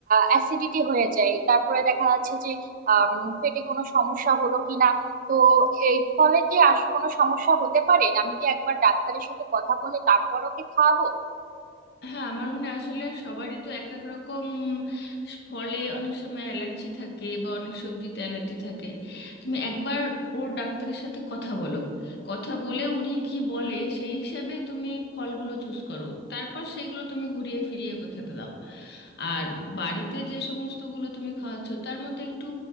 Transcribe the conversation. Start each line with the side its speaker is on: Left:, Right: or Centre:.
Right: অ্যাসিডিটি হয়ে যায় তারপরে দেখা যাচ্ছে যে আম, পেটে কোনো সমস্যা হলো কিনা তো এই ফলে কি আস কোনো সমস্যা হতে পারে আমি কি একবার ডাক্তারের সাথে কথা বলে তারপর ওকে খাওয়াবো
Left: হ্যাঁ আমার মনে হয় আসলে সবারই তো এক এক রকম ফলে অনেক সময় অ্যালার্জি থাকে বা অনেক সবজিতে অ্যালার্জি থাকে তুমি একবার ওর ডাক্তারের সাথে কথা বলো কথা বলে উনি কি বলে সেই হিসাবে তুমি ফলগুলো চুজ করো তারপর সেইগুলো তুমি ঘুরিয়ে ফিরিয়ে ওকে খেতে দাও আর বাড়িতে যে সমস্তগুলো তুমি খাওয়াচ্ছ তার মধ্যে একটু